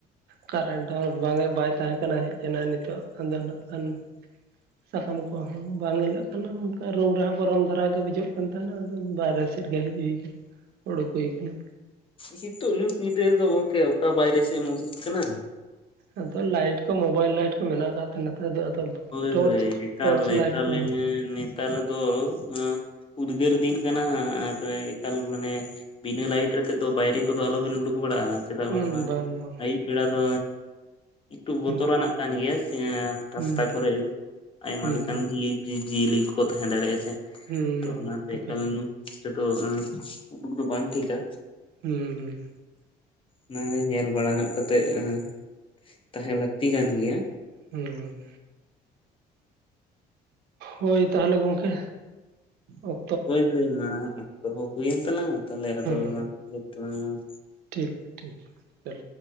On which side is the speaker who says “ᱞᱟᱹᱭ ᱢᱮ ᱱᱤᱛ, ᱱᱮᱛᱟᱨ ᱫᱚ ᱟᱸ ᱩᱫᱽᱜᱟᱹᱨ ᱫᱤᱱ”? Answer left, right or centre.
Left